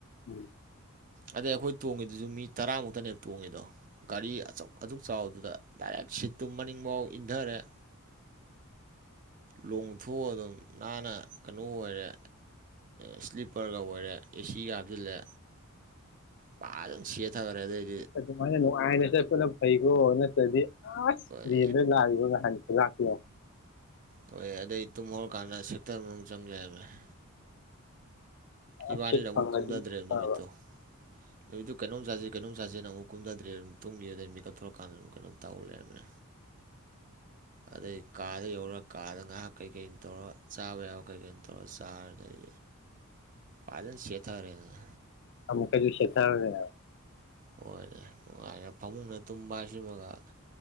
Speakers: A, on the left; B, on the right.
A: ꯎꯝ
B: ꯑꯗꯩ ꯑꯩꯈꯣꯏ ꯇꯣꯡꯉꯤꯗꯨꯁꯨ ꯃꯤ ꯇꯔꯥꯃꯨꯛꯇꯅꯦ ꯇꯣꯡꯉꯤꯗꯣ ꯒꯥꯔꯤ ꯑꯆꯧ ꯑꯁꯨꯛ ꯆꯥꯎꯕꯗꯨꯗ ꯗꯥꯏꯔꯦꯛ ꯁꯤꯠꯇꯨ ꯃꯅꯤꯡꯐꯥꯎ ꯏꯟꯊꯔꯦ ꯂꯣꯡꯊꯣꯛꯑ ꯑꯗꯨꯝ ꯅꯥꯟꯅ ꯀꯩꯅꯣ ꯑꯣꯏꯔꯦ ꯏꯁꯂꯤꯞ ꯄꯔꯒ ꯑꯣꯏꯔꯦ ꯑꯦꯁꯤꯒꯗ ꯂꯦ ꯄꯥ ꯑꯗꯨ ꯁ‌ꯦꯊꯒ꯭ꯔ‌ꯦ ꯑꯗꯩ
A: ꯑꯗꯨꯃꯥꯏꯅ ꯅꯨꯡꯉꯥꯏꯅ ꯆꯠ ꯄꯨꯂ ꯐꯩꯀ‌ꯣ ꯅꯠꯇꯗꯤ ꯑꯁ
B: ꯍꯣꯏ
A: ꯂꯦꯟꯗ ꯂꯥꯛꯏꯕꯣ ꯉꯍꯥꯟ ꯔꯥꯛꯂꯣ
B: ꯍ ꯑ ꯑꯗꯨꯩ ꯇꯨꯝꯍꯧꯔꯀꯥꯟꯗ ꯁꯦꯛꯇꯔ ꯃꯅꯨꯡ ꯆꯪꯂꯦꯕ <inaudible>
A: ꯑꯁ
B: ꯏꯕꯥꯅꯤꯅ
A: ꯁꯤꯠ ꯐꯪꯉꯗꯤ
B: ꯑꯃꯨꯛ ꯀꯨꯝꯗꯗ꯭ꯔꯦꯕ
A: ꯐꯕ
B: ꯅꯨꯃꯤꯠꯇꯣ ꯅꯨꯃꯤꯠꯇꯨ ꯀꯩꯅꯣꯝ ꯆꯥꯖꯤ ꯀꯩꯅꯣꯝ ꯆꯥꯁꯦꯅ ꯑꯃꯨꯛ ꯀꯨꯝꯗꯗ꯭ꯔꯦ ꯑꯗꯨꯝ ꯇꯨꯝꯒꯤꯕꯗꯩ ꯑꯗꯨꯝ ꯃꯤꯀꯞ ꯊꯣꯛꯂꯛꯀꯥꯟꯗ ꯑꯗꯨꯝ ꯀꯩꯅꯣ ꯇꯧꯔꯂꯩꯔꯝꯃꯦ ꯑꯗꯩ ꯀꯥꯗ ꯌꯧꯔ ꯀꯥꯗ ꯉꯍꯥꯛ ꯀꯩꯀꯩꯅ ꯇꯧꯔ ꯆꯥꯕ ꯌꯥꯕ ꯀꯩꯀꯩꯅꯣ ꯇꯧꯔ ꯆꯥꯔꯗꯩ ꯐꯖꯅ ꯁꯦꯠꯊꯔꯦꯗꯅ
A: ꯑꯃꯨꯛꯀꯁꯨ ꯁꯦꯊꯔꯨꯔꯦ ꯍꯥꯏ
B: ꯍꯣꯏꯅꯦ ꯅꯨꯡꯉꯥꯏꯔꯦ ꯐꯃꯨꯡꯅ ꯇꯨꯝꯕꯥꯁꯤꯃꯒ